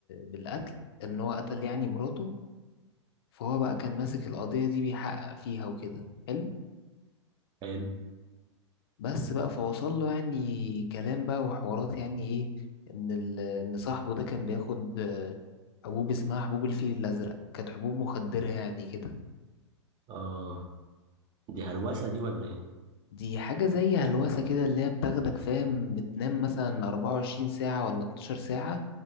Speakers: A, on the left (about 55°); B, on the right (about 30°).
A: بالقتل إن هو قتل يعني مراته فهو بقى كان ماسك القضية دي بيحقق فيها وكده حلو
B: حلو
A: بس بقى فوصل له يعني كلام بقى وحوارات يعني إيه إن ال... إن صاحبه ده كان بياخد آه، حبوب اسمها حبوب الفيل الأزرق كانت حبوب مخدرة يعني كده
B: اه دي هلوسه دي ولا ايه
A: دي حاجة زي هلوسة كده اللي هي بتاخدك فاهم بتنام مثلا 24 ساعة ولا 12 ساعة